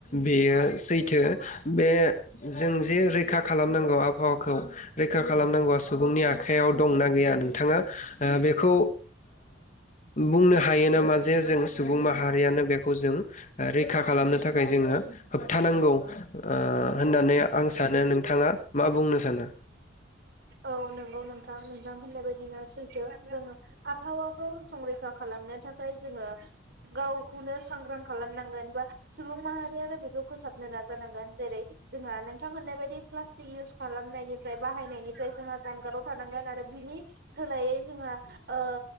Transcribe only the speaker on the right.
औ नंगौ नोंथा नोंथां नोंथां होननाय बायदिनो । सैथो जोङो आबहावा खौ संरैखा खालामनो थाखाय जोङो। गावखौनो। सांग्रां खालामनांगोन बा सुबुं माहारियानो खौ फोसाबनो नाजानांगोन जेरै जोंहा नोंथां होननाय बायदि प्लास्टिक इउस खालामनायनिफ्राय बाहायनायनि। जोंहा जानगाराव थानांगोन आरो बिनि सोलायै जोंहा ओ